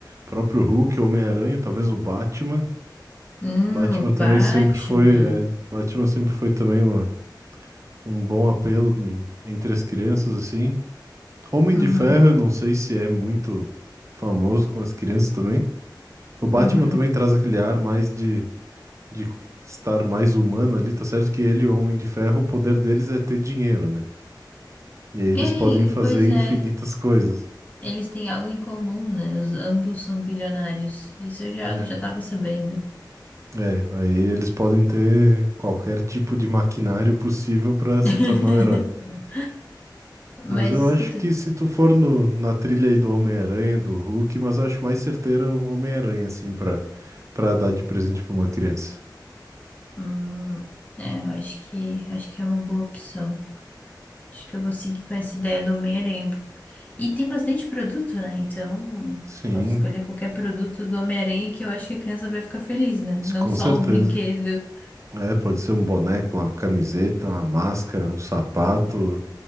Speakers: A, on the right (about 40°); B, on the left (about 20°).
A: próprio Hulk, Homem-Aranha, talvez o Batman.
B: Hum,
A: Batman
B: o
A: também
B: Batman.
A: sempre foi, é, Batman sempre foi também uma, um bom apelo hum, entre as crianças assim. Homem
B: Uhum,
A: de Ferro, eu não sei se é muito famoso com as crianças também. O Batman
B: uhum.
A: também traz aquele ar mais de, de estar mais humano ali, tá certo que ele e o Homem de Ferro, o poder deles é ter dinheiro, né? E aí eles
B: Ei,
A: podem fazer
B: pois
A: infinitas
B: é.
A: coisas,
B: Eles têm algo em comum, né? Os, ambos são bilionários. Isso eu já,
A: né?
B: já tava sabendo.
A: É, aí eles podem ter qualquer tipo de maquinário possível para se
B: <laughs>
A: tornar um herói.
B: Mas
A: Mas eu
B: escuta.
A: acho que se tu for no, na trilha aí do Homem-Aranha, do Hulk, mas eu acho mais certeiro o Homem-Aranha, assim, pra, pra dar de presente pra uma criança.
B: Hum, é, eu acho que acho que é uma boa opção. Acho que eu vou seguir com essa ideia do Homem-Aranha. E tem bastante produto, né? Então,
A: Sim,
B: posso escolher qualquer produto do Homem-Aranha que eu acho que a criança vai ficar feliz, né? Não
A: com
B: só
A: certeza.
B: o brinquedo.
A: É, pode ser um boneco, uma camiseta, uma máscara, um sapato,